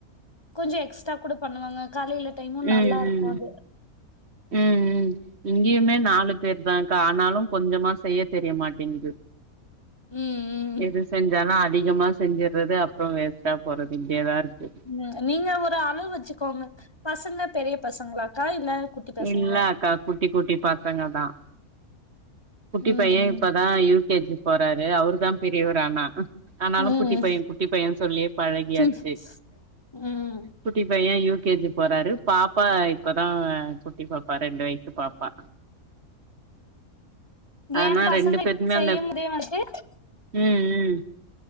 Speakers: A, on the left; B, on the right.
A: கொஞ்சம் எக்ஸ்ட்ரா கூட பண்ணுவாங்க காலையில டைமு
B: உம்
A: நல்லா இருக்கு
B: உம்
A: அது
B: உம் உம் இங்கேயுமே நாலு பேர்தான்க்கா ஆனாலும் கொஞ்சமா செய்ய தெரியமாட்டேங்குது
A: ம் ம்
B: எது செஞ்சாலும் அதிகமா செஞ்சடுறது அப்புறம் வேஸ்டா போறது இப்டியேதான் இருக்கு
A: ம் நீங்க ஒரு அளவு வச்சுக்கோங்க பசங்க பெரிய பசங்களாக்கா இல்ல குட்டி பசங்களா
B: இல்ல அக்கா குட்டி குட்டி பசங்க தான் குட்டி
A: ம்
B: பையன் இப்பதான் யூகேஜி போறாரு அவருதான் பெரியவரு ஆனா ஆனாலும்
A: ம்
B: குட்டி பையன் குட்டி பையன் சொல்லியே பழகியாச்சு
A: ம் ம்
B: குட்டி பையன்யூ கேஜி போறாரு பாப்பா இப்பதான் குட்டி பாப்பா ரெண்டு வயசு பாப்பா அதனா
A: ஏ பசங்க
B: ரெண்டு பேருக்குமே
A: செய்யும்போதே
B: அந்த
A: வந்துட்டு
B: உம் உம்